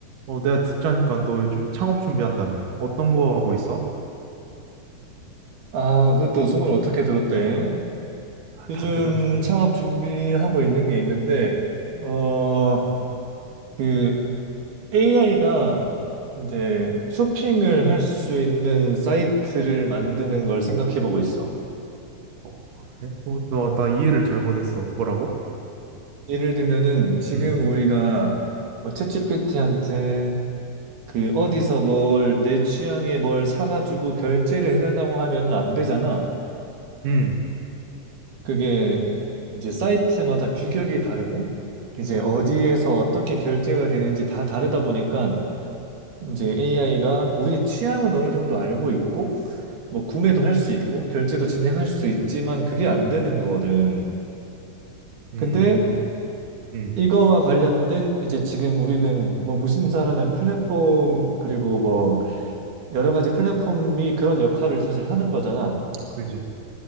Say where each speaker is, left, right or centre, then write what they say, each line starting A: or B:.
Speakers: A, on the right; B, on the right.
A: 어, 내가 듣자니까 너 요즘 창업 준비한다며. 어떤 거 하고 있어?
B: 아, 그것도 소문을 어떻게 들었대?
A: 아,
B: 요즘
A: 다 들었지.
B: 창업 준비하고 있는 게 있는데, 어, 그 AI가 이제 쇼핑을 할 수 있는 사이트를 만드는 걸 생각해 보고 있어.
A: 어, 그래? 어, 너, 나 이해를 잘 못했어. 뭐라고?
B: 예를 들면은 지금
A: 음,
B: 우리가 뭐 챗GPT한테 그 어디서 뭘 내 취향에 뭘 사가지고 결제를 해달라고 하면은 안 되잖아.
A: 음,
B: 그게 이제 사이트마다 규격이 다르고 이제 어디에서 어떻게 결제가 되는지 다 다르다 보니까 이제 AI가 우리의 취향은 어느 정도 알고 있고 뭐 구매도 할 수 있고 결제도 진행할 수 있지만 그게 안 되는 거거든.
A: 음,
B: 근데
A: 음,
B: 이거와 관련된 이제 지금 우리는 뭐 무신사라는 플랫폼 그리고 뭐 여러 가지 플랫폼이 그런 역할을 사실 하는 거잖아.
A: 그지.